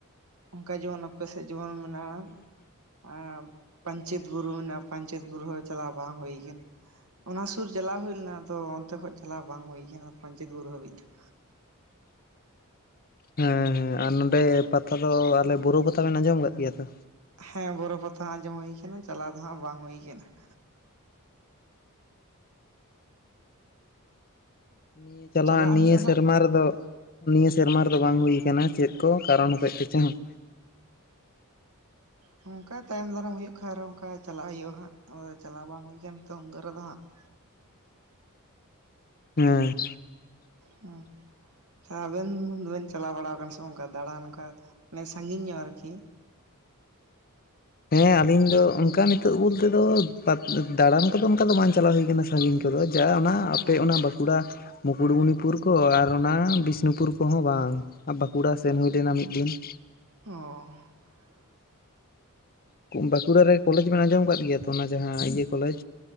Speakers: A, on the right (about 75°); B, on the left (about 40°).
A: ᱚᱱᱠᱟ ᱡᱮᱢᱚᱱ ᱟᱯᱮ ᱥᱮᱫ ᱡᱮᱢᱚᱱ ᱢᱮᱱᱟᱜᱼᱟ ᱾ ᱦ ᱯᱧᱪᱮᱛ ᱵᱩᱨᱩ ᱢᱮᱱᱟᱜᱟ ᱯᱧᱪᱮᱛ ᱵᱯᱩᱨᱩ ᱦᱚᱸ ᱪᱟᱞᱟᱜ ᱵᱟᱝ ᱦᱩᱭ ᱟᱠᱟᱱᱟ ᱾ ᱚᱱᱟ ᱥᱩᱨ ᱪᱟᱞᱟᱣ ᱦᱩᱭ ᱞᱮᱱᱟ ᱟᱫᱚ ᱚᱱᱛᱮ ᱠᱷᱚᱡ ᱪᱟᱞᱟᱣ ᱵᱟᱝ ᱦᱩᱭ ᱟᱠᱟᱱᱟ ᱯᱟᱧᱪᱮᱛ ᱵᱩᱨᱩ ᱦᱟᱹᱵᱤᱡ ᱫᱚ ᱾
B: ᱦᱮᱸ ᱦᱮᱸ ᱟᱨ ᱱᱚᱸᱰᱮ ᱯᱟᱛᱟ ᱫᱚ ᱟᱞᱮ ᱵᱩᱨᱩ ᱯᱟᱛᱟ ᱞᱮᱱ ᱟᱸᱡᱚᱢ ᱠᱫ ᱜᱮᱭᱟ ᱛᱚ
A: ᱦᱮᱸ ᱜᱚᱨᱚ ᱯᱟᱚᱛ ᱦᱚᱸ ᱟᱸᱡᱚᱢ ᱦᱩᱭᱭᱟ ᱠᱟᱱᱟ ᱪᱟᱞᱟᱣ ᱫᱚ ᱦᱟᱸᱜ ᱵᱟᱝ ᱦᱩᱭ ᱠᱟᱱᱟ. ᱾
B: ᱱᱤᱭᱟᱹ ᱪᱟᱞᱟᱟᱜ
A: ᱪᱟᱞᱟᱜ
B: ᱱᱤᱭᱟᱹ
A: ᱦᱩᱭᱩᱜᱼᱟ
B: ᱥᱮᱨᱢᱟ ᱨᱮᱫᱚ ᱾ ᱱᱤᱭᱟᱹ ᱥᱮᱨᱢᱟ ᱨᱮᱫᱚ ᱵᱟᱝ ᱦᱩᱭ ᱟᱠᱟᱱᱟᱟᱱᱟ ᱪᱮᱫ ᱠᱚ ᱠᱟᱨᱚᱱ ᱦᱚᱛᱮᱡ ᱛᱮ ᱪᱮᱫ ᱦᱚᱸ
A: ᱦ ᱚᱱᱠᱟ ᱛᱟᱭᱚᱢ ᱫᱟᱨᱟᱢ ᱦᱩᱭᱩᱜ ᱠᱷᱟ ᱟᱨᱦᱚᱸ ᱚᱱᱠᱟ ᱪᱟᱞᱟᱜ ᱦᱩᱭᱩᱜᱼᱟ ᱦᱟᱸᱜ ᱟ ᱪᱟᱞᱟᱣ ᱵᱟᱝ ᱦᱩᱭᱠᱟᱱ ᱛᱚ ᱩᱱᱢᱫᱟᱹ ᱨᱮᱫᱚ ᱦᱟᱸᱜ ᱾
B: ᱦᱮᱸ
A: ᱦᱮᱸ ᱟᱵᱮᱱ ᱫᱚᱵᱮᱱ ᱪᱟᱞᱟᱣ ᱵᱟᱲᱟ ᱟᱠᱟᱱᱟ ᱥᱮ ᱵᱟᱝ ᱚᱱᱠᱟ ᱫᱟᱬᱟᱱ ᱝᱠᱟ ᱢᱟᱱᱮ ᱥᱟᱺᱜᱤᱧ ᱧᱚᱜ ᱟᱨᱠᱤ
B: ᱦᱮᱸ ᱟᱞᱤᱧ ᱫᱚ ᱚᱱᱠᱟ ᱱᱤᱛᱚᱜ ᱵᱚᱞᱛᱮ ᱫᱚ ᱫᱟᱬᱟᱱ ᱠᱚᱫᱚ ᱚᱱᱠᱟ ᱫᱚ ᱵᱟᱝ ᱪᱟᱞᱟᱣ ᱦᱩᱭ ᱟᱠᱟᱱᱟ ᱥᱟᱺᱜᱤᱧ ᱠᱷᱚᱱ ᱾ ᱫᱚ ᱡᱟ ᱚᱱᱟ ᱟᱯᱮ
A: ᱚ
B: ᱚᱱᱟ ᱵᱟ ᱵᱟ ᱢᱩᱠᱩᱴᱢᱩᱱᱤᱯᱩᱨ ᱠᱚ ᱟᱨ ᱚᱱᱟ ᱵᱤᱥᱱᱩᱯᱩᱨ ᱠᱚᱦᱚᱸ ᱵᱟᱝ ᱵᱟᱸᱠᱩᱲᱟ ᱥᱮᱱ ᱦᱩᱭ ᱞᱮᱱᱟ ᱢᱤᱫ ᱫᱤᱱ ᱾
A: ᱚ
B: ᱵᱟᱸᱠᱩᱲᱟᱟᱨ ᱨᱮ ᱠᱚᱞᱮᱡᱽ ᱵᱮᱱ ᱟᱸᱡᱚᱢ ᱟᱠᱟᱫ ᱜᱮᱭᱟ ᱛᱚ ᱚᱱᱟ ᱡᱟᱦᱟᱸ ᱤᱭᱟᱹ ᱠᱚᱞᱮᱡᱽ